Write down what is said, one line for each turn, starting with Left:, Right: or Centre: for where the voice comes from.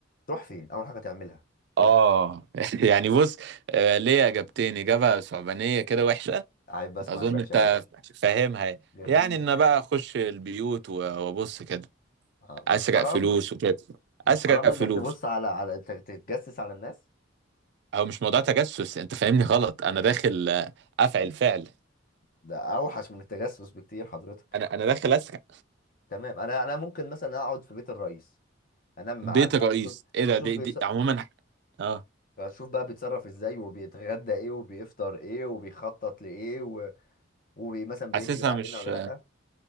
Left: تروح فين اول حاجة تعملها
Right: اه <laughs> يعني بص آه، ليه اجابتين اجابه صعبانيه كده وحشه
Left: عيب بسمع
Right: اظن
Left: الوحشة
Right: انت
Left: الاول
Right: فاهمها يعني
Left: جميل
Right: يعني ان بقى اخش البيوت و- وابص كده
Left: اه مش
Right: اسرق
Left: حرام
Right: فلوس وكده
Left: مش
Right: اسرق
Left: حرام انك
Right: فلوس
Left: تبص على على ت- تتجسس على الناس
Right: او مش موضوع تجسس انت فاهمني غلط انا داخل آه، افعل فعل
Left: ده اوحش من التجسس بكتير حضرتك
Right: انا انا داخل اسرق
Left: تمام انا انا ممكن مثلا اقعد في بيت الرئيس انام
Right: بيت
Left: معاه بقى
Right: الرئيس
Left: واشوف
Right: ايه
Left: واشوف
Right: ده دي,
Left: بيتص...
Right: دي عموما اه
Left: اشوف بقى بيتصرف ازاي وبيتغدى ايه وبيفطر ايه وبيخطط لايه و... ومثلا بيكذب
Right: حاسسها
Left: علينا
Right: مش
Left: ولا لا